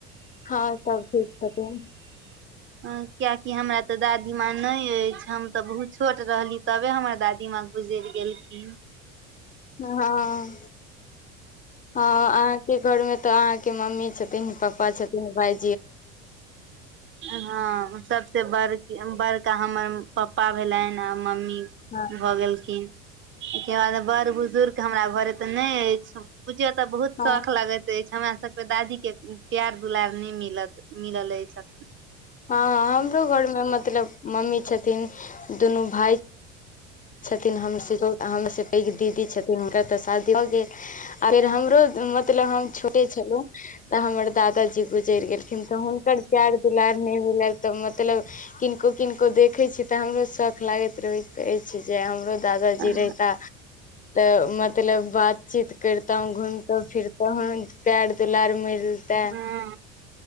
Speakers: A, on the left; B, on the right.
A: हाँ सब ठीक छथिन
B: कियाकि हमरा तऽ दादी माँ नहि अइछ हम तऽ बहुत छोट रहली तबे हमर दादी माँ गुजरि गेलखिन
A: हँ हँ अहाँके घर मे तऽ अहाँके मम्मी छथिन पप्पा छथिन भाई
B: हाँ सबसे बड़की ब का हमर पप्पा भेलनि आ मम्मी
A: हँ
B: भऽ गेलखिन ओके बाद बड़ बुजुर्ग हमरा घरे तऽ नहि अछि बुझियौ तऽ बहुत
A: हँ
B: शौख लागैत अछि हमरा सबके दादी के प्यार दुलार नहि मिलत मिलल अछि अखन
A: हाँ हाँ हमरो घर मे मतलब मम्मी छथिन दुनू भाई छथिन हम हम से पैघ दीदी छथिन हुनकर तऽ शादी भऽ गेल आ फेर हमरो मतलब हम छोटे छेलु तऽ हमर दादाजी गुजर गेलखिन तऽ हुनकर प्यार दुलार नहि मिलल तऽ मतलब किनको किनको देखै छी तऽ हमरो शौख लागैत रहैत अछि कि जे हमरो दादाजी
B: अखन
A: रहिता तऽ मतलब बातचीत करतौ घूमतो फिरतो ह पर दुलार मिलतै
B: हँ